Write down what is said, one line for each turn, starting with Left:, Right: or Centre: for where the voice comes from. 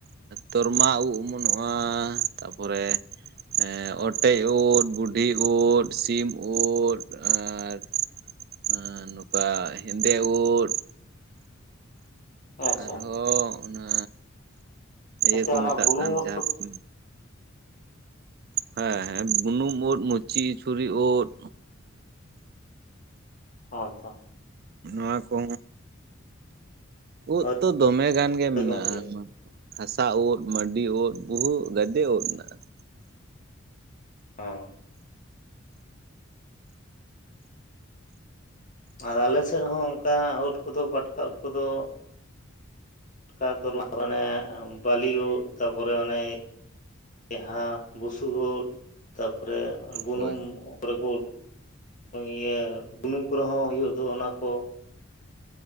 Right: ᱛᱚᱨᱢᱟ ᱩᱵ ᱚᱢᱚᱱᱚᱜᱼᱟ, ᱛᱟᱨᱯᱚᱨᱮ ᱮᱸ ᱚᱴᱮᱡ ᱩᱫ ᱵᱩᱰᱷᱤ ᱩᱫ ᱥᱤᱢ ᱩᱫ ᱟᱨ ᱦᱮᱸ ᱱᱚᱝᱠᱟ ᱦᱮᱸᱫᱮ ᱩᱫ
Left: ᱟᱪᱪᱷᱟ
Right: ᱟᱨᱦᱚᱸ ᱚᱱᱟ ᱤᱭᱟᱹ
Left: ᱟᱪᱪᱷᱟ
Right: ᱠᱚ
Left: ᱚᱱᱟ
Right: ᱢᱮᱛᱟᱜ
Left: ᱵᱩᱱᱩᱢ
Right: ᱠᱟᱱ
Left: ᱩᱫ
Right: ᱡᱟᱦᱟᱸ
Left: ᱠᱚ
Right: ᱦᱮᱸ ᱦᱮᱸ ᱵᱩᱱᱩᱢ ᱩᱫ ᱢᱩᱪᱤ ᱪᱷᱩᱨᱤ ᱩᱸᱫ
Left: ᱦᱳᱭ ᱛᱚ ᱾
Right: ᱱᱚᱣᱟ ᱠᱚ ᱩᱫ
Left: ᱦᱳᱭ
Right: ᱛᱚ ᱫᱚᱢᱮ ᱜᱟᱱ ᱜᱮ ᱢᱮᱱᱟᱜᱼᱟ
Left: ᱜᱚᱢᱠᱮ
Right: ᱾ ᱦᱟᱥᱟ ᱩᱫ ᱢᱟᱹᱰᱤ ᱩᱫ ᱵᱩᱦᱩ ᱜᱟᱫᱮ ᱩᱫ ᱢᱮᱱᱟᱜᱼᱟ ᱾
Left: ᱦᱮᱸ ᱟᱨ ᱟᱞᱮ ᱥᱮᱫ ᱦᱚᱸ ᱚᱱᱠᱟ ᱩᱫ ᱠᱚᱫᱚ ᱯᱟᱴᱠᱟ ᱩᱴ ᱠᱚᱫᱚ ᱚᱠᱟ ᱥᱛᱚᱨ ᱚᱱᱮ ᱵᱟᱞᱤᱭᱝ ᱛᱟᱨᱯᱚᱨᱮ ᱚᱱᱮ ᱡᱟᱦᱟᱸ ᱵᱩᱥᱩᱵ ᱳᱫ ᱛᱟᱯᱚᱨᱮ ᱵᱩᱱᱩᱢ,
Right: ᱦᱳᱭ
Left: ᱠᱚᱨᱮ ᱠᱚ, ᱤᱭᱟᱹ ᱵᱩᱱᱩᱢ ᱠᱚᱨᱮ ᱦᱚᱸ ᱦᱳᱭᱳᱜ ᱫᱚ ᱚᱱᱟ ᱠᱚ,